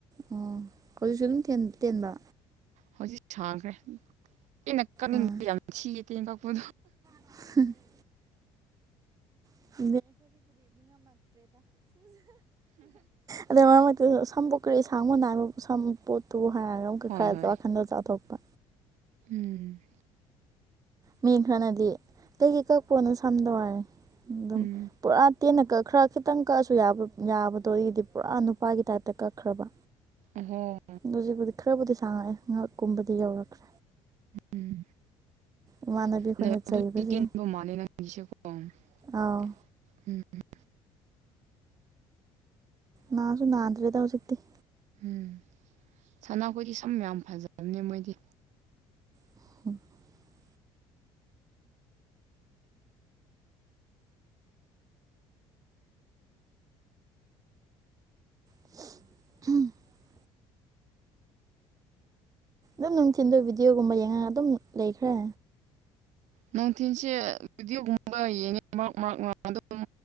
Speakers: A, on the right; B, on the right.
A: ꯑꯣ ꯍꯧꯖꯤꯛꯁꯨ ꯑꯗꯨꯝ ꯇꯦꯟꯕ
B: ꯍꯧꯖꯤꯛ ꯁꯥꯡꯈ꯭ꯔꯦ ꯑꯩꯅ ꯀꯛꯅꯤꯡꯕꯗ
A: ꯑꯥ
B: ꯌꯥꯝ ꯊꯤꯌꯦ ꯇꯦꯟ ꯀꯛꯄꯗꯣ
A: <unintelligible> <unintelligible> ꯑꯗꯨ ꯁꯝꯕꯨ ꯀꯔꯤ ꯁꯥꯡꯕ ꯅꯥꯏꯕ ꯁꯝ ꯄꯣꯠꯇꯨꯕꯨ ꯍꯥꯏꯔꯒ ꯑꯃꯨꯛꯀ
B: ꯍꯣꯏ
A: ꯈꯔ
B: ꯍꯣꯏ
A: ꯋꯥꯈꯜꯗꯨ ꯆꯥꯎꯊꯣꯛꯄ
B: ꯎꯝ
A: ꯃꯤ ꯈꯔꯅꯗꯤ ꯂꯩꯒꯤ ꯀꯛꯄꯔꯣ ꯅꯁꯝꯗꯣ ꯍꯥꯏꯔꯦ ꯑꯗꯨꯝ
B: ꯎꯝ
A: ꯄꯨꯔꯥ ꯇꯦꯟꯅ ꯀꯛꯈ꯭ꯔ ꯈꯤꯇꯪ ꯀꯛꯑꯁꯨ ꯌꯥ ꯌꯥꯕꯗꯣ ꯑꯩꯒꯤꯗꯤ ꯄꯨꯔꯥ ꯅꯨꯄꯥꯒꯤ ꯇꯥꯏꯞꯇ ꯀꯛ ꯈ꯭ꯔꯕ
B: ꯑꯣꯍꯣ
A: ꯍꯧꯖꯤꯛꯄꯨꯗꯤ ꯈꯔꯕꯨꯗꯤ ꯁꯥꯡꯉꯛꯑꯦ ꯉꯛꯀꯨꯝꯕꯗꯤ ꯌꯧꯔꯛꯈ꯭ꯔꯦ
B: ꯎꯝ
A: ꯏꯃꯥꯟꯅꯕꯤ
B: <unintelligible>
A: ꯑꯩꯈꯣꯏꯅ ꯆꯩꯕꯁꯦ ꯑꯥꯎ ꯅꯥꯁꯨ ꯅꯥꯥꯗ꯭ꯔꯦꯗ ꯍꯧꯖꯤꯛꯇꯤ
B: ꯎꯝ ꯁꯅꯥꯈꯣꯏꯗꯤ ꯁꯝ ꯌꯥꯝ ꯐꯖꯕꯅꯦ ꯃꯣꯏꯗꯤ
A: <inaudible> <inaudible> ꯑꯗꯨꯝ ꯅꯨꯡꯊꯤꯟꯗ ꯚꯤꯗꯤꯑꯣꯒꯨꯝꯕ ꯌꯦꯡꯉꯒ ꯑꯗꯨꯝ ꯂꯩꯈ꯭ꯔꯦ
B: ꯅꯨꯡꯊꯤꯟꯁꯦ ꯚꯤꯗꯤꯑꯣꯒꯨꯝꯕ ꯌꯦꯡꯉꯦ ꯃꯔꯛ ꯃꯔꯛ ꯑꯗꯨꯝ